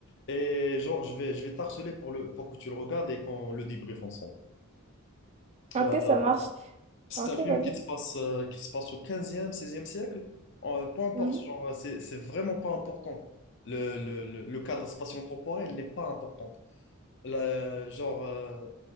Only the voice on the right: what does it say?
Ok,
ça marche.
Ok,
vas-y.
Mhm,